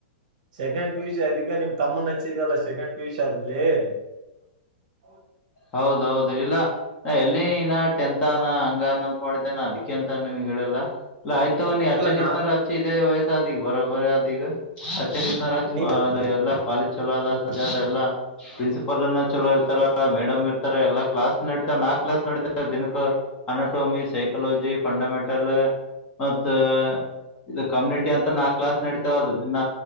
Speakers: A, on the right; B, on the left.
A: ಸೆಕೆಂಡ್ ಪಿಯುಸಿ ಅದಕ್ಕೆ ನಿಮ್ ತಮ್ಮ ನಚ್ಚಿದಲ್ಲ ಸೆಕೆಂಡ್ <unintelligible>
B: ಹೌದೌದ ಇಲ್ಲ ಎಲ್ಲಿ ಅನ ಟೆಂತ್ನ ಹಂಗಾನ ಮಾಡಿದ್ದೇನೆ ಅದಕ್ಕೆ ಅಂತ ನಿನ್ಗ್ ಹೇಳಿಲ್ಲ ಇಲ್ಲ ಆಯ್ತು ನೀ ಹಚ್ಚಂಗಿರ್ತಾರ
A: ಇಲ್ಲ ನಾ
B: ಅಚ್ಚ ಇ ಇದೇ ವಯಸ್ ಧಿ ಬರಬ ಅಧಿಗ ಸಂಗೀತ್ನಾಜ್
A: ನೀ
B: ಎಲ್ಲ ಕಾಲೇಜ್ ಚಲೋದ ಸಜಾದ ಎಲ್ಲಾ ಪ್ರಿನ್ಸಿಪಾಲ್ ನ್ನಿ ಚಲೋ ಇರ್ತಾರ ಮಡಮ ಎಲ್ಲ ಕ್ಲಾಸ್ ನಡೀತಾವವೆ ನಾಲ್ಕು ಕ್ಲಾಸ್ ನಡತೇವೆ ದಿನಕ್ಕೆ ಅನೋಟೊಮಿ ಸೈಕಲಜಿ ಫಂಡಮೆಂಟಲ್ ಮತ ಇದು ಕಮ್ಯುನಿಟಿ ಅಂತ ನಾಲ್ಕ ಕ್ಲಾಸ್ ನಡತೇವೆದು ದಿನ್ನ